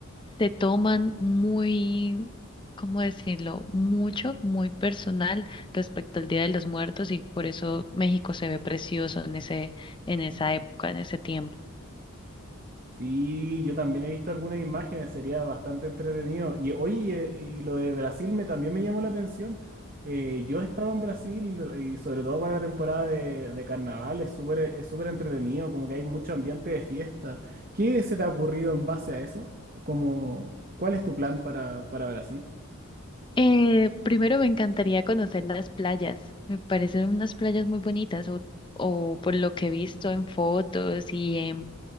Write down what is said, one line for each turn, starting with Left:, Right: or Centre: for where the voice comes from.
Left: se toman muy, ¿cómo decirlo? Mucho, muy personal respecto al Día de los Muertos y por eso México se ve precioso en ese, en esa época, en ese tiempo.
Right: Sí, yo también he visto algunas imágenes, sería bastante entretenido. Y oye, y, eh, y lo de Brasil me, también me llamó la atención. Eh, yo he estado en Brasil eh, y sobre todo para la temporada de, de carnaval es súper eh, es súper entretenido, como que hay mucho ambiente de fiesta. ¿Qué se te ha ocurrido en base a eso? Como, ¿cuál es tu plan para, para Brasil?
Left: Eh, primero me encantaría conocer las playas. Me parecen unas playas muy bonitas o, o por lo que he visto en fotos y en